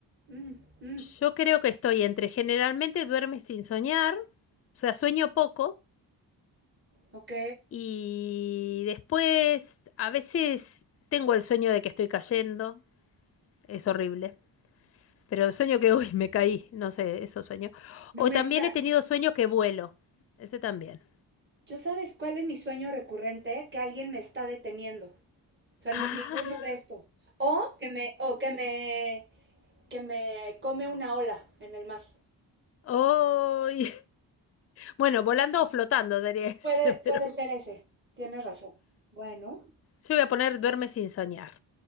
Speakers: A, on the right; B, on the left.
A: Mm, mm,
B: Yo creo que estoy entre generalmente duermes sin soñar, o sea, sueño poco,
A: ok.
B: y después a veces tengo el sueño de que estoy cayendo, es horrible, pero el sueño que, <laughs> uy, me caí, no sé, eso sueño. O
A: No me
B: también
A: digas.
B: he tenido sueños que vuelo, ese también.
A: ¿Yo sabes cuál es mi sueño recurrente? Que alguien me está deteniendo. O sea,
B: Ah,
A: no- ninguno de estos. O que me, o que me, que me come una ola en el mar.
B: Ay, <laughs> Bueno, volando o flotando sería ese,
A: Puede,
B: <laughs> pero
A: puede ser ese. Tienes razón. Bueno,
B: yo voy a poner duerme sin soñar.